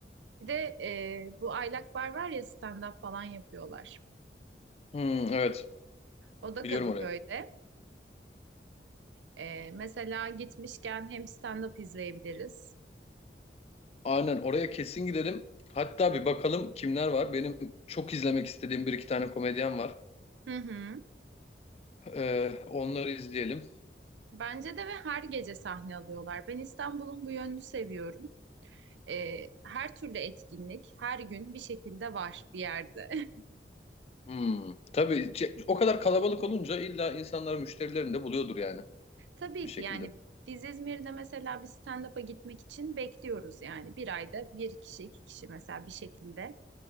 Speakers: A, on the right; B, on the left.
A: Bir de e, bu Aylak Bar var ya stand-up falan yapıyorlar.
B: Hmm, evet
A: O da
B: biliyorum
A: Kadıköy'de.
B: orayı.
A: E, mesela gitmişken hem stand-up izleyebiliriz.
B: Aynen oraya kesin gidelim. Hatta bir bakalım kimler var. Benim çok izlemek istediğim bir iki tane komedyen var.
A: Hı hı.
B: Ee, onları izleyelim.
A: Bence de ve her gece sahne alıyorlar. Ben İstanbul'un bu yönünü seviyorum. Ee, her türlü etkinlik her gün bir şekilde var bir yerde. <laughs>
B: Hmm. Tabii ce- o kadar kalabalık olunca illa insanlar müşterilerini de buluyordur yani
A: Tabii
B: bir şekilde.
A: ki yani biz İzmir'de mesela bir stand-up'a gitmek için bekliyoruz yani. Bir ayda bir kişi, iki kişi mesela bir şekilde